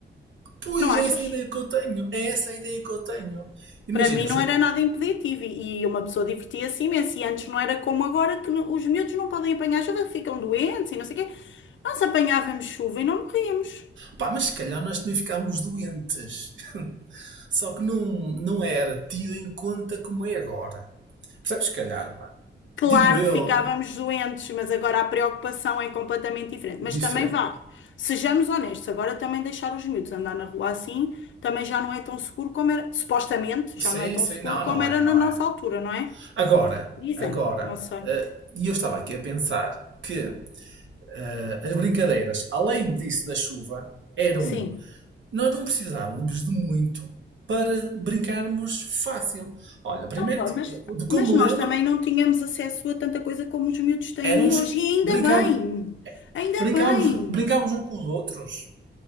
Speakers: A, on the right; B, on the left.
A: Pois,
B: Não achas?
A: é essa a ideia que eu tenho. É essa a ideia que eu tenho. Imagina,
B: Para mim
A: joga-
B: não era nada impeditivo e, e uma pessoa divertia-se imenso. E antes não era como agora que não- os miúdos não podem apanhar chuva, que ficam doentes e não sei o quê. Nós apanhávamos chuva e não morríamos.
A: pá, mas se calhar nós também ficámos doentes. <laughs> Só que não, não era tido em conta como é agora. Percebes? Se calhar, pá.
B: Claro
A: Digo eu,
B: que ficávamos doentes, mas agora a preocupação é completamente diferente.
A: diferente.
B: Mas também vá, sejamos honestos, agora também deixar os miúdos andar na rua assim também já não é tão seguro como era, supostamente,
A: Sim,
B: já não é tão
A: sim,
B: seguro
A: não,
B: como
A: não
B: era
A: é, não
B: na nossa
A: é.
B: altura, não é?
A: Agora,
B: Dizem,
A: agora.
B: não sei.
A: eh, E eu estava aqui a pensar que ah, as brincadeiras, além disso da chuva, eram.
B: Sim.
A: Nós não precisávamos de muito para brincarmos fácil. Olha, primeiro,
B: Opa,
A: ti-
B: mas,
A: de como
B: mas nós
A: me lembro,
B: também não tínhamos acesso a tanta coisa como os miúdos têm
A: éramos.
B: hoje, e ainda
A: Brincávamos,
B: bem, ainda
A: brincávamos,
B: bem.
A: brincávamos uns com os outros.